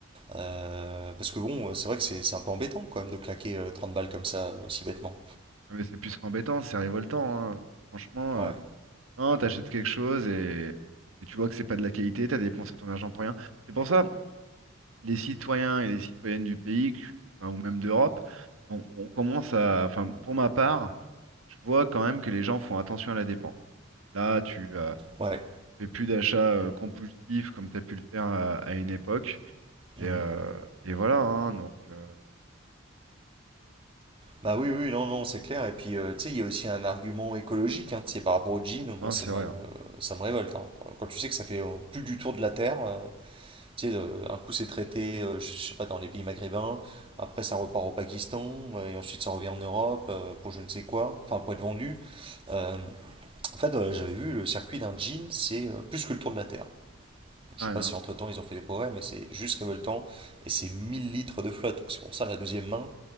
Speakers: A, on the right; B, on the right.
A: Euh, parce que bon, c'est vrai que c'est c'est un peu embêtant quand même de claquer euh, 30 balles comme ça aussi bêtement.
B: Ah, mais c'est plus qu'embêtant, c'est révoltant, hein. Franchement.
A: Ouais,
B: euh, Non, t'achètes quelque chose et, et tu vois que c'est pas de la qualité, t'as dépensé ton argent pour rien. C'est pour ça, les citoyens et les citoyennes du pays, que- enfin, ou même d'Europe, on, on commence à, enfin, pour ma part, je vois quand même que les gens font attention à la dépense. Là, tu euh,
A: ouais.
B: fais plus d'achats euh, compulsifs comme t'as pu le faire à, à une époque, et,
A: Mhm.
B: euh, et voilà, hein, donc, euh,
A: Bah oui, oui, non, non, c'est clair. Et puis, euh, tu sais, il y a aussi un argument écologique. Hein, c'est par rapport au jean,
B: hein,
A: moi, ça
B: c'est
A: me,
B: vrai. hein.
A: ça me révolte. hein. Quand tu sais que ça fait euh, plus du tour de la Terre. euh, Tu sais, euh, un coup c'est traité, euh, je je sais pas, dans les pays maghrébins, après ça repart au Pakistan, euh, et ensuite ça revient en Europe euh, pour je ne sais quoi, enfin pour être vendu. Euh, en fait, euh, j'avais vu le circuit d'un jean, c'est euh, plus que le tour de la Terre. Donc,
B: Ah,
A: je sais pas
B: non,
A: si
B: mais-
A: entre-temps ils ont fait des progrès, mais c'est juste révoltant, et c'est 1000 litres de flotte. Donc, C'est pour ça la deuxième main,